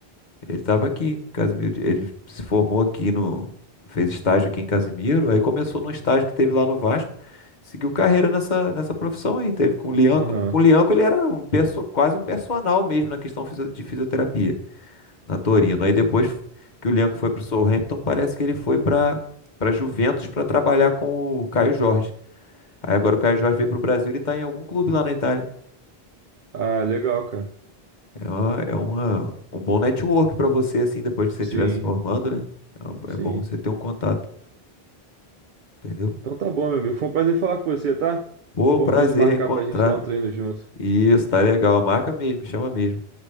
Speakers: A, on the left (about 50°); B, on the right (about 55°).
A: Ele estava aqui, Casimiro. de- Ele se formou aqui no. Fez estágio aqui em Casimiro. Aí começou num estágio que teve lá no Vasco. Seguiu carreira nessa, nessa profissão aí. Teve com o Lianco.
B: aham.
A: Com o Lianco ele era um perso, quase um personal mesmo na questão fisio- de fisioterapia, na Torino. Aí depois que o Lianco foi pro Southampton, parece que ele foi para para Juventus para trabalhar com o Caio Jorge. Aí agora o Caio Jorge veio pro Brasil e está em algum clube lá na Itália.
B: Ah, legal, cara.
A: É uma, é uma, um bom network pra você, assim, depois que você
B: Sim,
A: estiver se formando, né? É um-
B: sim.
A: é bom você ter um contato, entendeu?
B: Então tá bom, meu amigo. Foi um prazer falar com você, tá?
A: Pô,
B: Vamos
A: um prazer
B: ver de marcar
A: reencontrar.
B: pra gente dar um treino junto.
A: Isso, tá legal. Marca mesmo, chama mesmo.